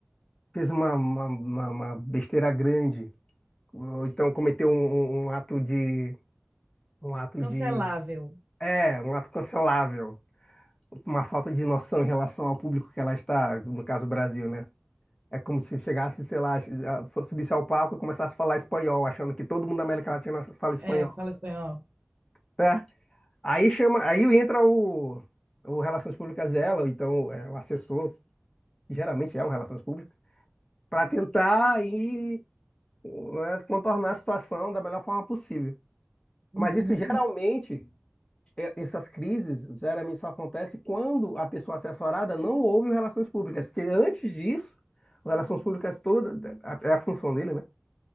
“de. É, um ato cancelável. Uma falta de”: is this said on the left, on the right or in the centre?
Left